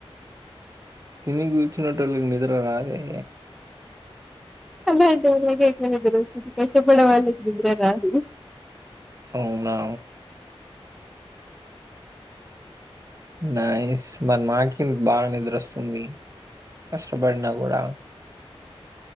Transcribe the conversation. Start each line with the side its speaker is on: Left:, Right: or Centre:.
Right: తిని కూర్చునేటోళ్లకి నిద్ర రాదే
Centre: అలటోలకే ఎక్కువ నిద్ర ఒస్తది కష్టపడేవాళ్ళ కు నిద్ర రాదు
Right: అవునా నైస్ మరి మాకెందుకు బాగా నిద్ర వస్తుంది కష్టపడినా కూడా